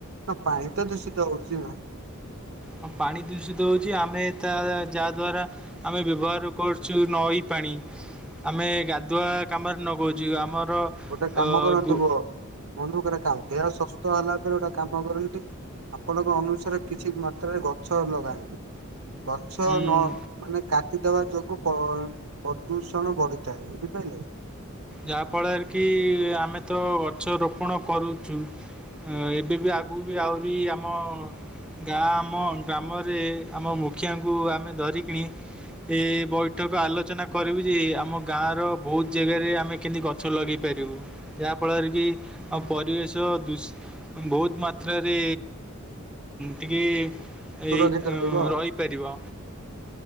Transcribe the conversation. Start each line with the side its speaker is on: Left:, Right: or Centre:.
Right: ହଁ ପାଣି ତ ଦୂଷିତ ହୋଉଛି ଆଉ।
Centre: ହଁ ପାଣି ଦୂଷିତ ହୋଉଚି ଆମେ ତା ଯାହା ଦ୍ଵାରା ଆମେ ବ୍ୟବହାର କରୁଚୁ ନଈ ପାଣି। ଆମେ ଗାଧୁଆ କାମରେ ନଗୋଉଚୁ ଆମର
Right: ଗୋଟେ କାମ
Centre: ଅ
Right: କରନ୍ତୁ
Centre: ଗୁ
Right: ବ ବନ୍ଧୁ କରା କାମ ଦେହ ସୁସ୍ଥ ହେଲା ପରେ ଗୋଟେ କାମ କରନ୍ତୁ। ଆପଣଙ୍କ ଅନୁସାରେ କିଛି ମାତ୍ରାରେ ଗଛ ଲଗାନ୍ତୁ, ଗଛ
Centre: ଉଁ
Right: ନ ମାନେ କାଟିଦବା ଯୋଗୁ ପ ପଦୂଷଣ ବଢିଥାଏ ବୁଝିପାଇଲେ।
Centre: ଯାହା ଫଳରେ କି ଆମେ ତ ଗଛ ରୋପଣ କରୁଚୁ। ଏବେ ବି ଆଗକୁ ବି ଆହୁରି ଆମ ଗାଁ ଆମ ଗ୍ରାମରେ ଆମ ମୁଖିଆଙ୍କୁ ଆମେ ଧରିକିଣି ଏ ବୈଠକ ଆଲୋଚନା କରିବୁ ଯେ ଆମ ଗାଁର ବୋହୁତ୍ ଜାଗାରେ ଆମ୍ ଆମେ କେମିତି ଗଛ ଲଗେଇ ପାରିବୁ ଯାହାଫଳରେ କି ଆମ ପରିବେଶ ଦୂ ବୋହୁତ୍ ମାତ୍ରାରେ ଟିକେ
Right: ସୁରକ୍ଷିତ
Centre: ଏଇ
Right: ରହିବ ଆଉ
Centre: ରହିପାରିବ।